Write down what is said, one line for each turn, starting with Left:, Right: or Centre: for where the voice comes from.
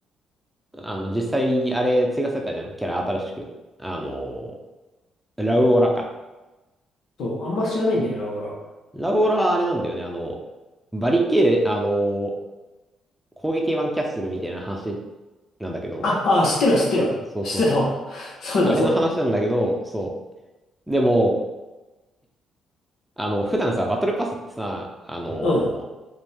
Centre: あの、実際、あれ、追加されたじゃん、キャラ新しく。あの、ラウオラか。
Left: そう、あんま知らないんだよな、俺は。
Centre: ラウオラはあれなんだよね、あの、バリケー、あの、攻撃版キャッスルみたいな話なんだけど、
Left: あ、あ、知ってるわ、知ってるわ。
Centre: そうそうそう。
Left: 知ってたわ。<laughs> そうだ、
Centre: あれの話なんだけど、
Left: そうだ。
Centre: そう。でも、あの、普段さ、バトルパスってさ、あの
Left: うん。
Centre: ー